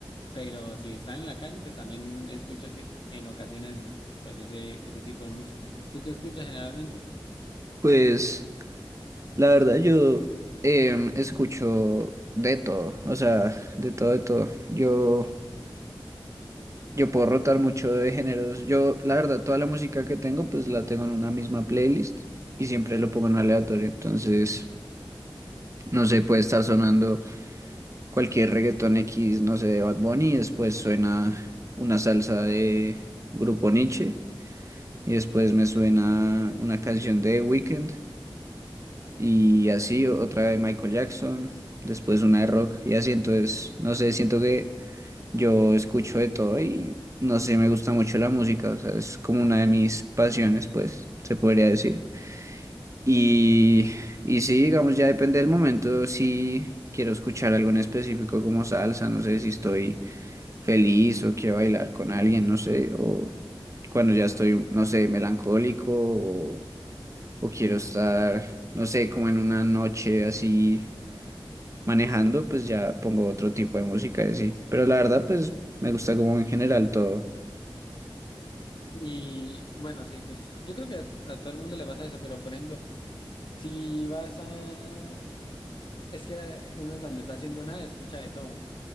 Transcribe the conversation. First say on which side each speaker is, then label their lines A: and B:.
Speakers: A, on the left; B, on the right.
A: pero si están en la calle, pues también escucho así- en ocasiones pues ese, ese tipo de música. ¿Tú qué escuchas generalmente?
B: Pues la verdad yo em, escucho de todo, o sea, de todo, de todo. Yo Yo puedo rotar mucho de géneros. Yo, la verdad, toda la música que tengo, pues la tengo en una misma playlist y siempre lo pongo en aleatorio. Entonces, no sé, puede estar sonando cualquier reggaetón X, no sé, de Bad Bunny, y después suena una salsa de Grupo Niche, y después me suena una canción de The Weeknd, y así o- otra de Michael Jackson, después una de rock, y así. Entonces, no sé, siento que Yo escucho de todo y no sé, me gusta mucho la música, o sea, es como una de mis pasiones, pues, se podría decir. Y, y sí, digamos, ya depende del momento, si quiero escuchar algo en específico como salsa, no sé si estoy feliz o quiero bailar con alguien, no sé, o cuando ya estoy, no sé, melancólico o, o quiero estar, no sé, como en una noche así manejando, pues ya pongo otro tipo de música y así. Pero la verdad, pues, me gusta como en general todo.
A: Y bueno, sí, pues yo creo que a, a todo el mundo le pasa eso, pero por ejemplo, si vas a... Es que uno cuando está haciendo nada escucha de todo.